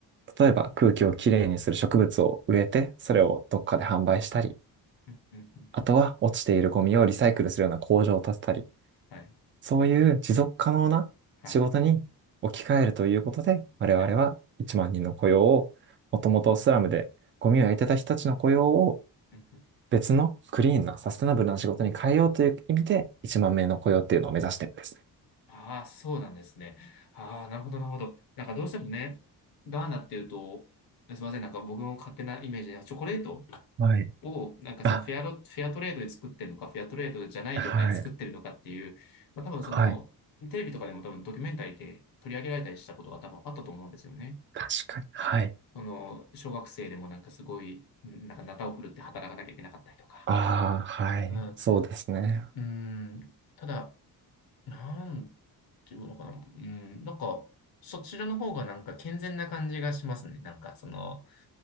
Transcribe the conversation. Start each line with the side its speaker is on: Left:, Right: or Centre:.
Right: 例えば空気をきれいにする植物を植えて、それをどっかで販売したり、
Left: うんうんうん。
Right: あとは落ちているゴミをリサイクルするような工場を建てたり、
Left: はい。
Right: そういう持続可能な仕事に置き換えるということで、
Left: はい。
Right: 我々は1万人の雇用を、
Left: はい。
Right: もともとスラムでゴミを焼いてた人たちの雇用を
Left: はい。うんうん
Right: 別のクリーンなサステナブルな仕事に変えようという意味で1万名の雇用っていうのを目指してるんですね。
Left: ああ、そうなんですね。ああ、なるほど、なるほど。なんかどうしてもね、ガーナっていうと、すみません、なんか僕の勝手なイメージで、チョコレート
Right: はい。
Left: を、なんかそのフェアロ、
Right: あ、
Left: フェアトレードで作ってるのか、フェアトレードじゃない状態で作ってるのかっていう、
Right: はい。
Left: まあ多分その、
Right: はい。
Left: テレビとかでも多分ドキュメンタリーで取り上げられたりしたことが多分あったと思うんですよね。
Right: 確かに。はい。
Left: その、小学生でもなんかすごい、なんかナタを振るって働かなきゃいけなかったりとか。
Right: ああ、はい。
Left: うん、
Right: そうですね。
Left: うん、ただ、なんていうのかな。うん、なんか、そちらの方がなんか健全な感じがしますね。なんか、その、